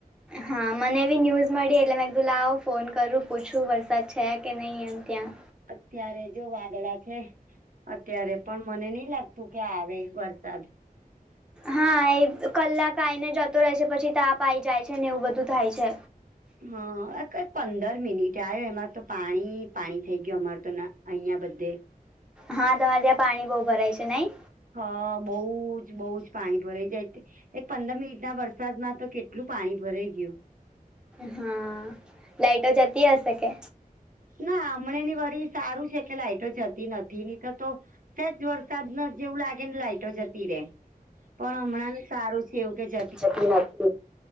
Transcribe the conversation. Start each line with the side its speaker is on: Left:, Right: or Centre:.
Centre: હા મને એવી ન્યૂઝ મળી એટલે મેં એકુ લ આવો ફોન કરું પૂછું વરસાદ છે કે નહીં એમ ત્યા
Right: અત્યારે જો વાદળ છે. અત્યારે પણ મને નઈ લાગતું કે આવે વરસાદ
Centre: હા એ કલાક આઈને જતો રહે છે પછી તાપ આ આવી જાય છે ને એવું બધું થાય છે.
Right: હા કઈ પંદર મિનિટ આવ્યો એમાં તો પાણી પાણી થઈ ગય અમાર તો અહિયાં બધે
Centre: હા તમારે ત્યાં પાણી બહુ ભરાય છે, નહી.
Right: હ બઉ જ બઉુ જ પાણી ભરેઈ જાયતે એક પંદર મિનિટ ના વરસાદમાં તો કેટલું પાણી ભરાઈ ગયુ
Centre: હા લાઈટો જતી હશે કે
Right: ના હમણાં ની વરી સારું છે, કે લાઈટો જતી નથી ની તો તો જ વરસાદ ન જેવું લાગે ને લાઈઇટો જતી રે પણ હમણાં ને સારું છે એવું કે જ
Centre: શકી નથી.